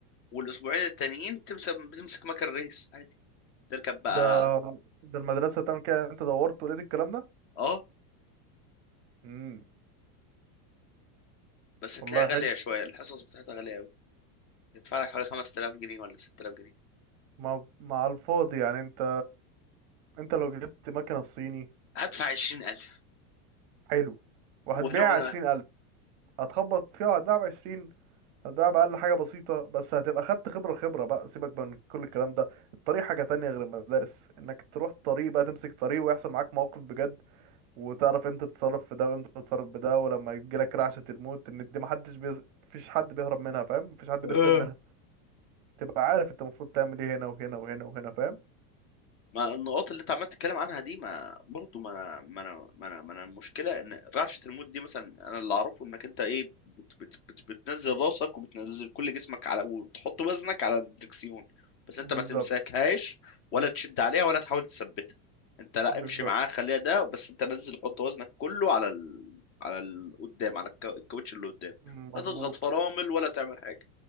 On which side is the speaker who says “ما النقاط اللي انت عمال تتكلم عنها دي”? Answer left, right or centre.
Left